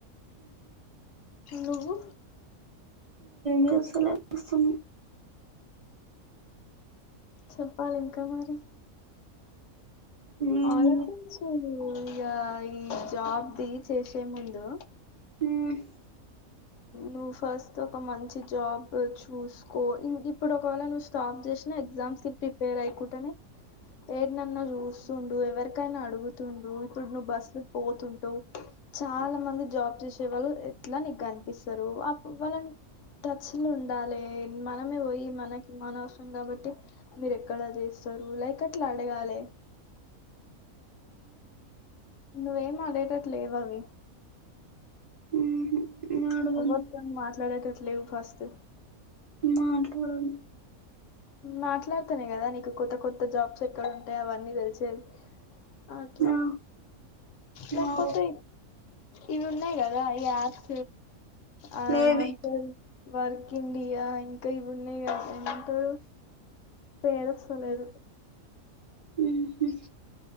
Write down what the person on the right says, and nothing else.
దసలస్తు
ఏం
లే
ఊహు ఆడదాను
మాట్లాడను
ఆ
అవు
లేేవి
ఊహు